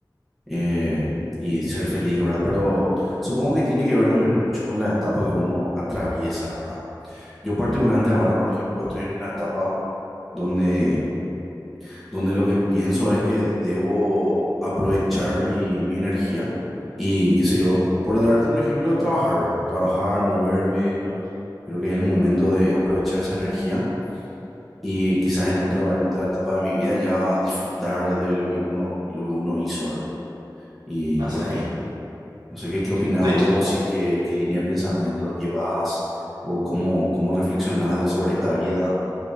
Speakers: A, in the centre; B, on the right (about 60°).
A: eh, y ser feliz, ¿verdad? Pero supongo que tiene que ver también mucho con la etapa que uno atraviesa, ¿verdad? Yo particularmente
B: Ujú,
A: ahora, por ejemplo, estoy en una etapa donde, donde lo que pienso es que debo aprovechar mi, mi energía y, qué sé yo, por darte un ejemplo, trabajar, ¿verdad? Trabajar, moverme,
B: claro.
A: creo que es el momento de aprovechar esa energía y quizás en otro, en otra etapa de mi vida ya disfrutar de lo que uno, lo que uno hizo, ¿verdad? Y
B: Así
A: por ahí.
B: mismo.
A: No sé qué, qué opinás
B: Estoy,
A: vos
B: to-
A: y qué, qué línea de pensamiento llevás o cómo, cómo reflexionás de- sobre esta vida.